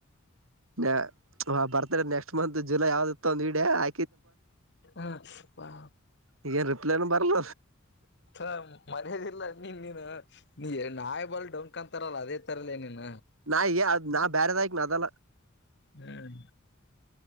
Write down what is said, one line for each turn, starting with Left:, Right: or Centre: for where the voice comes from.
Right: ನ ಬರ್ತಾರೆ ನೆಕ್ಸ್ಟ್ ಮಂತ್ ಜುಲೈ ಯಾವ್ದ ಇತ್ತ ಒ ಇಡ ಆ
Left: ಹಪಾ
Right: ಈಗನ್ ರಿಪ್ಲೈನು ಬರ್ಲ
Left: ಹ ಮರ್ಯಾದಿಲ್ಲ ನೀನು ನಾಯ ಬರ್ ಬಂಕ್ ತರಲ್ಲ ಅದೇ ತರಲ್ಲ ಏನನ್
Right: ನಾ ಏ ಅದ್ ನಾ ಬ್ಯಾರೆದಾಯಕ್ ನ ಅದಲ್ಲ
Left: ಹ್ಮ್